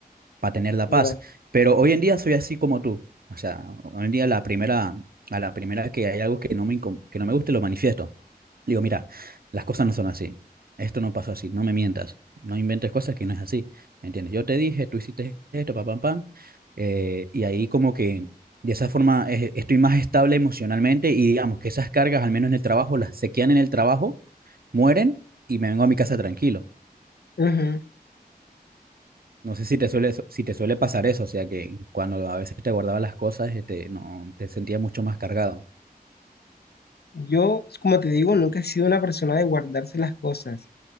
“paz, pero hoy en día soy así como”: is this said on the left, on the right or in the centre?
Right